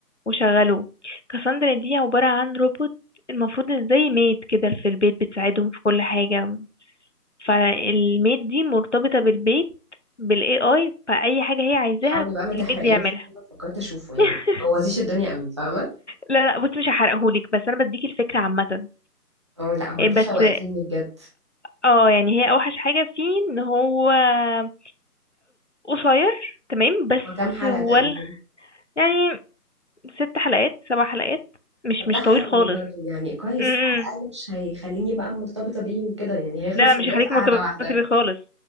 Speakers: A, on the left; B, on the right.
A: وشغلوه كاساندرا دي عبارة عن روبوت المفروض زي ميد كده في البيت بتساعدهم في كل حاجة فالميد دي مرتبطة بالبيت بالاي اي فأي حاجة هي عايزاها
B: حاولي بقى ما تحرقيهوش
A: البيت بيعملها
B: عشان أنا فكرت اشوفه يعني
A: <laughs>
B: ما بوظيش الدنيا قوي فاهمه
A: لا لا بص مش هحرقهولك بس انا بديك الفكرة عامة
B: اه لا هو
A: إيه
B: ده
A: بس
B: شوقتيني بجد
A: اه يعني هي اوحش حاجة فيه ان هو آه، قصير تمام بس
B: هو كام حلقة
A: ولا
B: تقريبا
A: يعني ست حلقات سبع حلقات مش
B: طب
A: مش
B: ده حلو
A: طويل خالص
B: برضه يعني كويس
A: امم
B: على الاقل مش هيخليني بقى مرتبطة بيه وكده يعني هيخلص
A: لا لا مش
B: معايا
A: هيخليك
B: في قعدة
A: مرتبطة
B: واحدة
A: بيه خالص